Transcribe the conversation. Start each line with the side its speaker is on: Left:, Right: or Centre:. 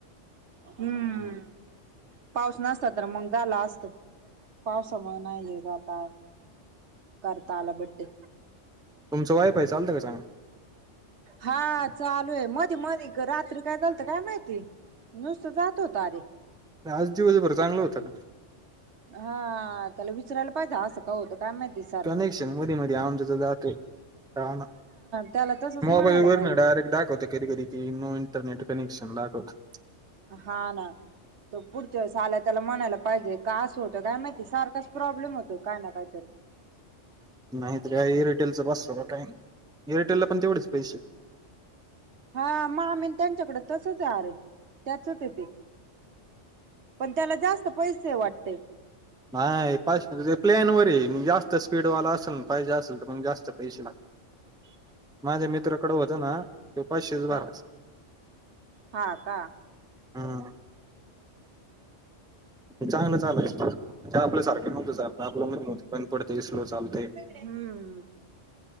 Right: हम्म पाऊस नसत तर मग झाला असत पावसामुळे नाही हे आता करता आला बड्डे
Centre: तुमचं वायफाय चालते का चागलं
Right: हा चालू आहे, मधी मधी रात्री काय झालत काय माहिती नुसतं जात होता अरे
Centre: आज दिवसभर चांगलं होत का?
Right: हा त्याला विचरायला पाहिजे असं का होतं काय माहिती सारखं
Centre: कनेक्शन मध्ये मध्ये आमच्या तर जातोय हा ना
Right: त्याला तसच
Centre: मोबाईल
Right: म्हणायला
Centre: वरन
Right: पाहिजे
Centre: डायरेक्ट दाखवतय. कधी कधी ती नो इंटरनेट कनेक्शन दाखवतय.
Right: हा ना तो पुढच्या वेळेस आला त्याला म्हणायला पाहिजे, का असं होत काय माहिती सारखं <unintelligible> प्रॉब्लेम होतो काय ना कायतरी.
Centre: नायतर काय एअरटेलचं बसवा काय, एअरटेलला पण तेवढेच पैसे.
Right: हा मामीन त्यांच्याकड तसच हाय आरे त्याचच हाय ते. पण त्याला जास्त पैसेय वाटत.
Centre: नाय <unintelligible> प्लॅनवर हेय म जास्त स्पीडवाला असल- पाहिजे असल तर मग जास्त पैसे लाग
Right: <inaudible>
Centre: माझ्या मित्राकड होत ना तो पाचशेच भराच.
Right: हा हा का?
Centre: हा. चांगलं चालायच तर, आपल्या सारख नव्हत चालत आपल मधीमधी बंद पडतय स्लो चालतय
Right: हम्म